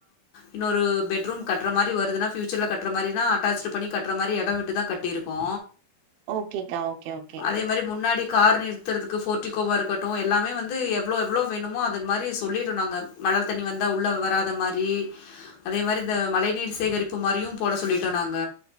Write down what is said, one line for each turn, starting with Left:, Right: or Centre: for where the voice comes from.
Left: இன்னொரு பெட்ரூம் கட்ற மாரி வருதுன்னா ஃபியூச்சர்ல கட்ற மாரினா அட்டாச்டு பண்ணி கட்ற மாரி எடோ விட்டு தா கட் ட்டிருக்கோ
Right: ஓகேக்கா ஓகே ஓகே
Left: அதே மாரி முன்னாடி கார் நிறுத்தறதுக்கு ஃபோ ர்ட்டிக்கோவா இருக்கட்டு எல்லாமே வந்து எவ்ளோ எவ்ளோ வேணுமோ அதே மாரி சொல்லிறனு அங்க மழ தண்ணி வந்தா உள்ள வராத மாரி அதே மாரி இந்த மழை நீர் சேகரிப்பு மாரியு போட சொல்லிட்டோ நாங்க